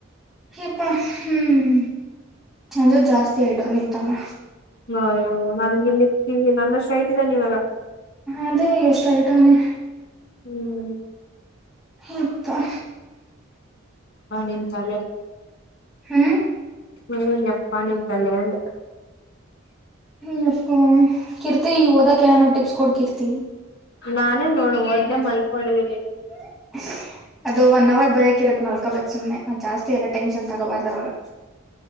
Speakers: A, in the centre; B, on the left.
A: ಎಪ್ಪ ಹ್ಮ್ ಅಂದ್ರು ಜಾಸ್ತಿ ಹೈಟ್ ಅವನ ನಿಮ್ಮ ತಮ್ಮ.
B: ಅ ಅಯ್ಯೋ ನನ್ಗೆ ಇತೀವಿ ನನ್ನಷ್ಟ ಹೈಟ್ ಇದನ ಇವಾಗ.
A: ಅದೇ ಎಷ್ಟ ಹೈಟ್ ಅವನ್ನೇ.
B: ಹ್ಮ್.
A: ಯಪ್ಪಾ.
B: <unintelligible>
A: ಹ್ಮ್.
B: ಹ್ಮ ಎಪ್ಪ ನಿನ್ನ ತಲೆ ಅಂದೇ.
A: ಹ್ಮ ಎಪ್ಪ ಕೀರ್ತಿ ಓದಕ ಏನನ ಟಿಪ್ಸ್ ಕೊಡ ಕೀರ್ತಿ.
B: ನಾನೇ ನೋಡ ಒದ್ದೆ ಮಲ್ಕೊಂಡಿದ್ದೀನಿ.
A: <unintelligible> ಅದು ಒನ್ ಅವರ್ ಬ್ರೇಕ್ ಇರತ್ತ ಮಲ್ಕೋಬೇಕ ಸುಮ್ನೆ ಜಾಸ್ತಿ ಎಲ್ಲ ಟೆನ್ಷನ್ ತಗೋಬಾರ್ದ ಅವಾಗ.